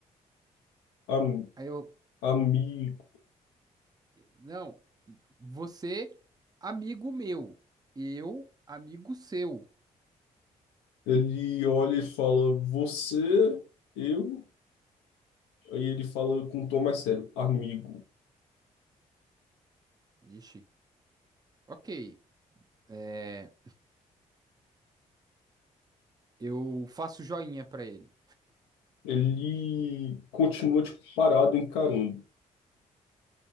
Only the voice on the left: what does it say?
Am,
amigo.
Ele olha e fala, você, eu? Aí ele fala com um tom mais sério, amigo.
Ele continua, tipo, parado, encarando.